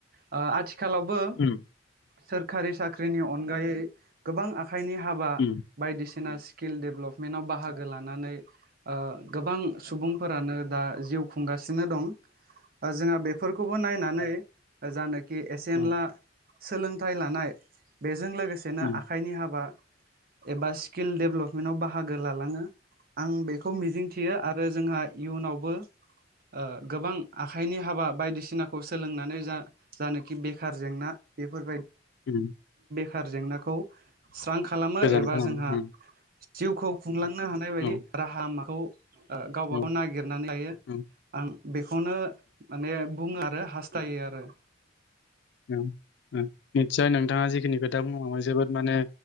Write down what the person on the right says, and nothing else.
ओ आथि खालावबो
सोरखारि साख्रिनि अनगायै गोबां आ आखाइनि हाबा
बायदिसिना स्किल डेभ्लपमेन्टाव बाहागो लानानै ओ गोबां सुबुंफोरानो दा जिउ खुंगासिनो दं जोंहा बेफोरखौबो नायनानै जानोखि एसेनला
सोलोंथाइ लानाय बेजों लोगोसेनो
आखाइनि हाबा एबा स्किल डेभेलपमेन्टआव बाहागो लालाङो आं बे खौ मिजिंथियो आरो जोंहा इयुनावबो ओ गोबां आखाइनि हाबा बायदिसिनाखौ सोलोंनानै जा जानोखि बेखार जेंना बेफोरबा
खार जेंनाखौ स्रां खालामो
एबा
जोंहा जिउखौ खुंलांनो हानाय बायदि
राहा माखौ ओ गावबागाव
नागिरनानै लायो
आं बेखौनो माने बुङो आरो हास थायो आरो